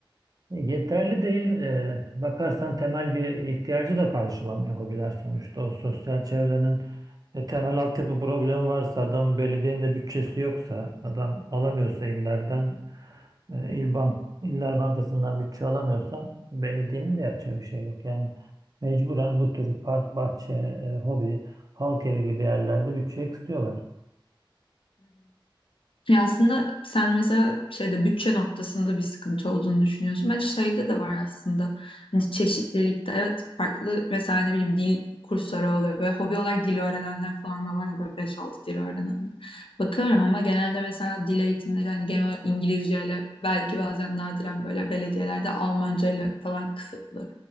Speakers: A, on the right; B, on the left.
A: E, Yeterli değil. e, bakarsan temel bir ihtiyacı da karşılamıyor hobiler sonuçta. O sosyal çevrenin e, temel altyapı problemi varsa, adam belediyenin de bütçesi yoksa, adam alamıyorsa illerden, e, il bank, iller bankasından bütçe alamıyorsa belediyenin de yapacağı bir şey yok. Yani mecburen bu tür park, bahçe, e, hobi, halk evi gibi yerlerde bütçe kısıyorlar.
B: Ya aslında sen mesela şeyde bütçe noktasında bir sıkıntı olduğunu düşünüyorsun. Bence şeyde de var aslında. Hani çeşitlilikte evet farklı mesela ne bileyim dil kursları oluyor. Böyle hobi olarak dil öğrenenler falan da var ya böyle 5-6 dil öğrenenler. Bakıyorum ama genelde mesela dil eğitimleri hani genel olarak İngilizceyle belki bazen nadiren böyle belediyelerde Almancayla falan kısıtlı.